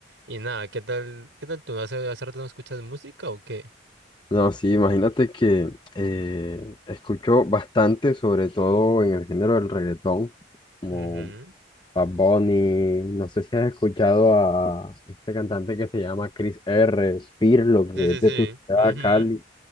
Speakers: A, on the right (about 85°); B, on the left (about 25°).
A: Y nada, ¿qué tal? ¿Qué tal tú? ¿Hace, hace rato no escuchas música o qué?
B: No, sí, imagínate que eh, escucho bastante, sobre todo en el género del reggaetón, como
A: Ujú.
B: Bad Bunny, no sé si has escuchado a este cantante que se llama Chris R. Pirlo, que
A: Sí, sí,
B: es
A: sí.
B: de tu ciudad,
A: Ujú.
B: Cali.